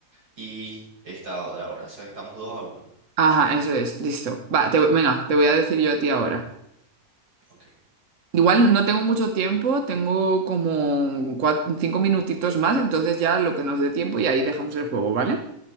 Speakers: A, on the right; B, on the right.
A: y Estado de ahora. O sea, estamos dos a uno.
B: ajá, eso es, listo. Va, te, venga, te voy a decir yo a ti ahora.
A: Ok,
B: Igual no tengo mucho tiempo, tengo como cua- cinco minutitos más, entonces ya lo que nos dé tiempo y ahí dejamos el juego, ¿vale?